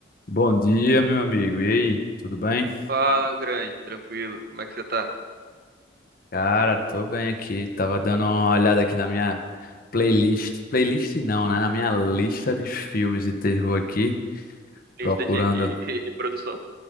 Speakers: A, on the left; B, on the right.
A: Bom dia, meu amigo. E aí, tudo bem?
B: Fala, grande, tranquilo. Como é que você tá?
A: Cara, tô bem aqui. Tava dando uma olhada aqui na minha playlist. Playlist não, né? Na minha lista de filmes de terror aqui,
B: Lista
A: procurando.
B: de, de <laughs> reprodução.